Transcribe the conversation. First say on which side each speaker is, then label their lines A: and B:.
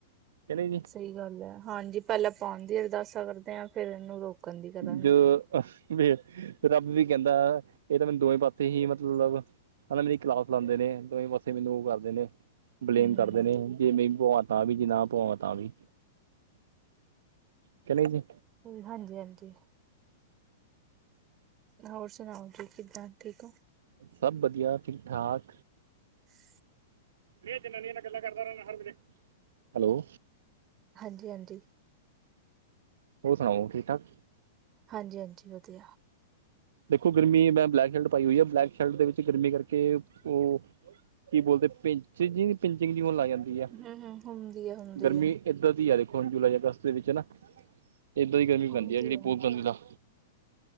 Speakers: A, on the right; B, on the right.
A: ਚਲੋ ਜੀ।
B: ਸਈ ਗੱਲ ਐ ਹਾਂਜੀ ਪੈਲਾਂ ਪੋਣ ਦੀ ਅਰਦਾਸਾ ਕਰਦੇ ਆ ਫੇਰ ਏਨੂੰ ਰੋਕਣ- ਦੀ ਕਰਾਂਗੇ
A: ਜੋ ਅ ਵੀ ਰੱਬ ਵੀ ਕੈਂਦਾ ਏ ਤਾਂ ਮੈਨੂੰ ਦੋਵੇਂ ਪਾਸੇ ਹੀ ਮਤਲਬ ਇਹ ਮੇਰੀ ਕਲਾਸ ਲਾਂਦੇ ਨੇ ਦੋਵੇਂ ਪਾਸੇ ਮੈਨੂੰ ਓ ਕਰਦੇ ਨੇ। ਬਲੇਮ
B: ਹੂੰ,
A: ਕਰਦੇ ਨੇ ਜੇ ਮੈ ਪਵਾ ਤਾਂ ਵੀ ਜੇ ਨਾ ਪਵਾਵਾ ਤਾਂ ਵੀ। ਕੇ ਨਈ ਜੀ।
B: ਹਾਂਜੀ-ਹਾਂਜੀ। ਹੋਰ ਸੁਣਾਓ ਜੀ ਕਿੱਦਾਂ ਠੀਕ ਓ?
A: ਸਭ ਵਧੀਆ, ਠੀਕ-ਠਾਕ।
B: <unintelligible>
A: ਕੇਡੀਆਂ ਜਨਾਨੀਆ ਨਾਲ ਗੱਲਾਂ ਕਰਦਾ ਰੈਂਦਾ ਹਰ ਵੇਲੇ, ਹੈਲੋ।
B: ਹਾਂਜੀ-ਹਾਂਜੀ।
A: ਹੋਰ ਸੁਣਾਓ ਠੀਕ-ਠਾਕ।
B: ਹਾਂਜੀ-ਹਾਂਜੀ, ਵਧੀਆ।
A: ਦੇਖੋ ਗਰਮੀ ਮੈਂ ਬਲੈਕ ਸ਼ਲਟ ਪਾਈ ਹੋਈ ਆ ਬਲੈਕ ਸ਼ਲਟ ਦੇ ਵਿੱਚ ਗਰਮੀ ਕਰਕੇ ਓ ਕੀ ਬੋਲਦੇ ਪਿੰਚ ਜੀ-ਪਿੰਚ ਜੀ ਹੋਣ ਲੱਗ ਜਾਂ ਗੀਆ
B: ਹਮ ਹਮ ਹੁੰਦੀ ਐ, ਹੁੰਦੀ
A: ਗਰਮੀ
B: ਐ।
A: ਏਦਾਂ ਦੀਆ ਦੇਖੋ ਹੁਣ ਜੁਲਾਈ, ਅਗਸਤ ਦੇ ਵਿੱਚ ਨਾ ਏਦਾਂ ਦੀ ਗਰਮੀ
B: ਹੁੰਦੀ
A: ਪੈਂਦੀ ਐ ਜੇੜੀ
B: ਆ,
A: ਪੋ ਦਾ